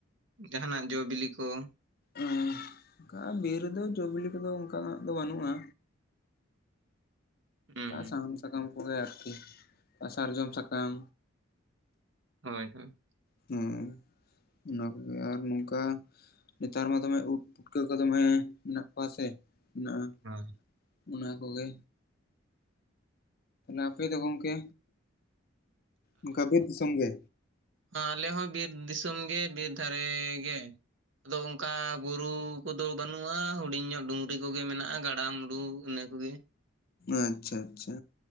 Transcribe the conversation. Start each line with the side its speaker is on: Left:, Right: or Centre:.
Right: ᱡᱟᱦᱟ ᱱᱟᱜ ᱡᱚ ᱵᱤᱞᱤ ᱠᱚ
Left: ᱚᱱᱠᱟ ᱵᱤᱨ ᱨᱮᱫᱚ ᱡᱚᱵᱤᱞᱤ ᱠᱚᱫᱚ ᱚᱱᱠᱟᱱᱟᱜ ᱫᱚ ᱵᱟᱹᱱᱩᱜ-ᱟ
Right: ᱦᱩᱸ,
Left: ᱥᱟᱦᱟᱱ ᱥᱟᱠᱟᱢ ᱠᱚᱜᱮ ᱟᱨᱠᱤ ᱟᱨ ᱥᱟᱨᱡᱚᱢ ᱥᱟᱠᱟᱢ᱾
Right: ᱦᱚᱭ ᱦᱚᱭ᱾
Left: ᱦᱩᱸ ᱚᱱᱟ ᱠᱚᱜᱮ ᱟᱨ ᱱᱚᱝᱠᱟ ᱱᱮᱛᱟᱨ ᱢᱟ ᱫᱚᱢᱮ ᱩᱫ ᱯᱩᱴᱠᱟᱹ ᱠᱚ ᱫᱚᱢᱮ ᱢᱮᱱᱟᱜ ᱠᱚᱣᱟ ᱥᱮ ᱢᱮᱱᱟᱜᱼᱟ᱾
Right: ᱦᱚᱭ᱾
Left: ᱚᱱᱟ ᱠᱚᱜᱮ᱾ ᱟᱯᱮ ᱫᱚ ᱜᱚᱝᱠᱮ ᱚᱱᱠᱟ ᱵᱤᱨ ᱫᱤᱥᱚᱢ ᱜᱮ?
Right: ᱦᱟᱞᱮ ᱦᱚᱸ ᱵᱤᱨ ᱫᱤᱥᱚᱢ ᱜᱮ ᱵᱤᱨ ᱫᱷᱟᱨᱮ ᱜᱮ ᱟᱫᱚ ᱚᱱᱠᱟ ᱵᱩᱨᱩ ᱠᱚᱫᱚ ᱵᱟᱹᱱᱩᱜᱼᱟ ᱦᱩᱰᱤᱧ ᱧᱚᱜ ᱰᱩᱝᱜᱨᱤ ᱠᱚᱜᱮ ᱢᱮᱱᱟᱜᱼᱟ ᱜᱟᱰᱟ ᱢᱩᱰᱩ ᱤᱱᱟᱹ ᱠᱚᱜᱮ᱾
Left: ᱟᱪᱪᱷᱟ-ᱟᱪᱪᱷᱟ᱾